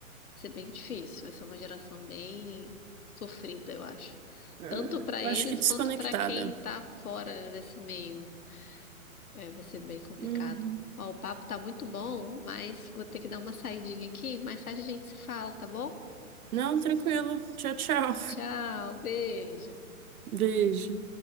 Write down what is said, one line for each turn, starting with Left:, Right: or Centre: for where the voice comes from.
Left: Vai ser bem difícil, vai ser uma geração bem sofrida, eu acho.
Right: É,
Left: Tanto para
Right: Eu
Left: eles
Right: acho que desconectada.
Left: quanto para quem tá fora desse meio. É, vai ser bem complicado.
Right: Uhum.
Left: Ó, o papo tá muito bom, mas vou ter que dar uma saidinha aqui. Mais tarde a gente se fala, tá bom?
Right: Não, tranquilo. Tchau, tchau.
Left: Tchau, beijo.
Right: <laughs> Beijo.